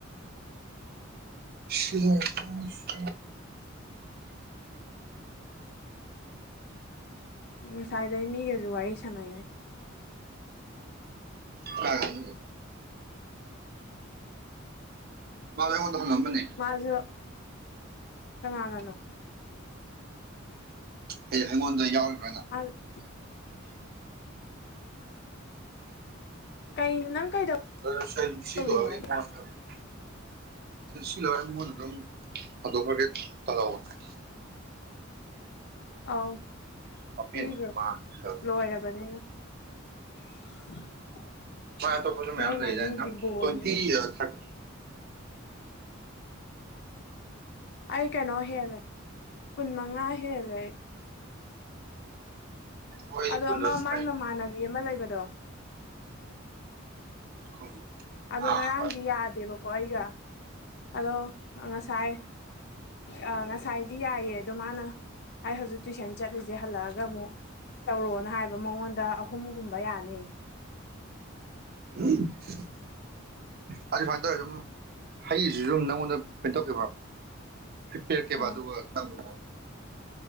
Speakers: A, on the right; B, on the left.
A: ꯁꯤ <unintelligible>
B: ꯉꯁꯥꯏꯗꯩ ꯃꯤꯒꯖꯨ ꯋꯥꯔꯤ ꯁꯥꯟꯅꯩꯅꯦ꯫
A: ꯀꯅꯥꯒꯅꯣ ꯍꯥꯏꯖꯦ? ꯃꯥꯗꯣ ꯑꯩꯉꯣꯟꯗ ꯍꯥꯉꯛꯑꯝꯕꯅꯦ꯫
B: ꯃꯥꯖꯨ ꯀꯅꯥꯅꯅꯣ
A: ꯑꯩ ꯍꯩꯉꯣꯟꯗ ꯌꯥꯎꯔꯤꯕ꯭ꯔꯣꯅ
B: <unintelligible> ꯀꯩꯩꯅꯣ ꯅꯪ ꯀꯩꯗ
A: ꯑꯗꯨ ꯁꯤ
B: ꯇꯧꯔꯤꯅꯣ
A: <unintelligible> ꯁꯤ‌‌ꯂꯣꯏꯔꯒ ꯃꯉꯧꯟꯗ‌‌ ꯑꯗꯨꯝ ꯊꯝꯗꯣꯛ ꯈꯔꯒꯦ ꯇꯧꯕꯅꯦ
B: ꯑꯥꯎ
A: ꯍꯥꯞꯄꯦꯟ
B: ꯄꯤꯒꯔꯣ
A: ꯃꯥꯡꯉꯦ
B: ꯂꯣꯏꯔꯕꯅꯤꯅ <unintelligible>
A: ꯃꯥ ꯑꯇꯣꯞꯄꯁꯨ
B: ꯍꯣꯔꯦꯟ
A: ꯃꯌꯥꯝ ꯂꯩꯖ
B: ꯑꯍꯤꯡꯗꯤ
A: ꯅꯪ
B: ꯕꯣꯜꯅꯤꯅꯦ
A: ꯇ꯭ꯋꯦꯟꯇꯤ ꯊꯥꯔꯇꯤ
B: ꯑꯩ ꯀꯩꯅꯣ ꯍꯦꯜꯂꯦ ꯀꯨꯟ ꯃꯉꯥ ꯍꯦꯜꯂꯦ ꯑꯩ
A: ꯍꯣꯏ
B: ꯑꯗꯣ
A: ꯀꯨꯟꯗ
B: ꯑꯃ
A: ꯑꯗꯨꯝ
B: ꯃꯥꯏ
A: ꯂꯩ
B: ꯃꯃꯥꯟꯅꯕꯤ ꯑꯃ ꯂꯩꯕꯗꯣ
A: ꯈꯪꯗꯦ
B: ꯑꯗꯣ
A: ꯑꯥ
B: ꯉꯔꯥꯡꯗꯤ ꯌꯥꯗꯦꯕꯀꯣ ꯑꯩꯒ ꯑꯗꯣ ꯉꯁꯥꯏ ꯑ ꯉꯁꯥꯏꯗꯤ ꯌꯥꯏꯑ ꯑꯗꯣ ꯃꯥꯅ ꯑꯩ ꯍꯧꯖꯤꯛ ꯇꯨꯏꯁꯟ ꯆꯠꯂꯤꯁꯦ ꯍꯜꯂꯛꯑꯒ ꯑꯃꯨꯛ ꯇꯧꯔꯛꯑꯣꯅ ꯍꯥꯏꯕ ꯃꯉꯣꯟꯗ ꯑꯍꯨꯝꯒꯨꯝꯕ ꯌꯥꯅꯤ
A: <unintelligible> ꯑꯗꯨ ꯁꯨꯃꯥꯏꯅ ꯇꯧꯔꯦ ꯑꯗꯨꯝ ꯍꯩꯁꯤꯁꯨ ꯑꯗꯨꯝ ꯅꯪꯉꯣꯟꯗ ꯄꯦꯟꯊꯣꯛꯈꯤꯕ ꯄꯤꯔꯛꯀꯦꯕ
B: ꯑꯥ
A: ꯑꯗꯨꯒ ꯅꯝꯃꯣ